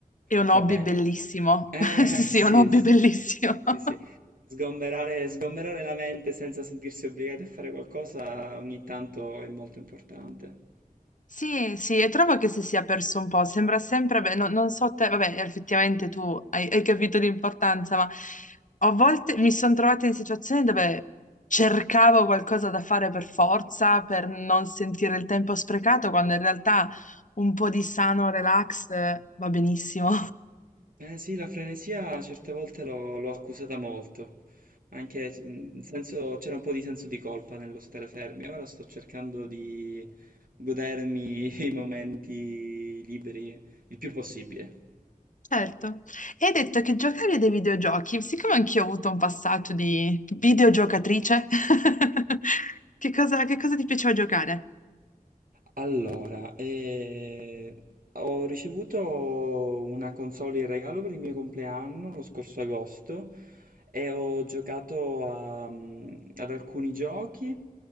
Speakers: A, on the left; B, on the right.
A: è un
B: fa
A: hobby
B: bene.
A: bellissimo.
B: Eh,
A: <laughs> Sì, sì,
B: sì,
A: è un hobby
B: sì,
A: bellissimo.
B: sì,
A: <laughs>
B: sì. Sgomberare, sgomberare la mente senza sentirsi obbligati a fare qualcosa ogni tanto è molto importante.
A: Sì, sì, e trovo che si sia perso un po', sembra sempre, beh, no- non so te, vabbè, effettivamente tu hai, hai capito l'importanza, ma a volte mi sono trovata in situazioni dove cercavo qualcosa da fare per forza, per non sentire il tempo sprecato, quando in realtà un po' di sano relax eh, va benissimo.
B: Eh sì, la frenesia certe volte l'ho l'ho accusata molto, anche mm, senso- c'era un po' di senso di colpa nello stare fermi, ora sto cercando di godermi <laughs> i momenti liberi il più possibile.
A: Certo. E hai detto che giocavi a dei videogiochi, siccome anch'io ho avuto un passaggio di videogiocatrice, <laughs> che cosa, che cosa ti piaceva giocare?
B: Allora, eh, ho ricevuto una console in regalo per il mio compleanno lo scorso agosto e ho giocato a- mm, ad alcuni giochi